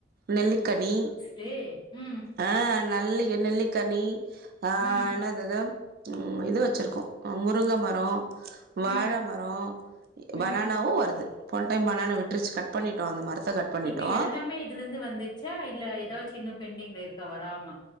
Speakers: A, on the right; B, on the left.
A: நெல்லிக்கனி
B: டே ம்
A: ஆ நல்ல என் நெல்லிக்கனி ஆ
B: ம்
A: என்னதது ம் இது வெச்சிருக்கோ முருங்க மரோ வாழ
B: ம்
A: மரோ பனானாவு
B: ம்
A: வருது போன் டைம் பனானா விட்ருச்சு கட் பண்ணீடோ அந்த மரத்த கட் பண்ணிட்டோ
B: இப்ப எல்லாமே இதுலிருந்து வந்துருச்சா இல்ல எதாச்சு இன்னு பெண்டிங்ல இருக்கா வராம